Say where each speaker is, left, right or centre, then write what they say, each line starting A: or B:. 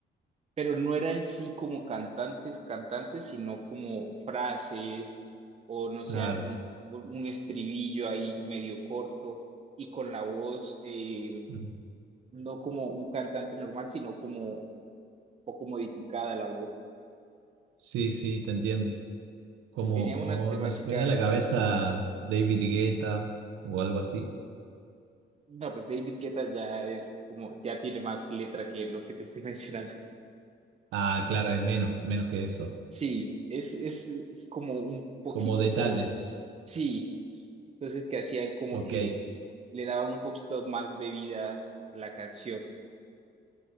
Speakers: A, on the right; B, on the right.
A: pero no era en sí como cantantes, cantantes, sino como frases o no sé,
B: Claro.
A: algún un estribillo ahí medio corto y con la voz eh,
B: Ujú.
A: no como un cantante normal, sino como un poco modificada la voz.
B: Sí, sí, te entiendo. Como
A: Tenía una temática,
B: me s- me viene a la cabeza David Guetta o algo así.
A: no, pues David Guetta ya es como, ya tiene más letra que lo que te estoy <laughs> mencionando.
B: Ah, claro, es menos, menos que eso.
A: Sí, es, es, es como un poquito,
B: Como detalles.
A: como Sí, entonces que hacían como
B: Ok,
A: que le daban un poquito más de vida a la canción.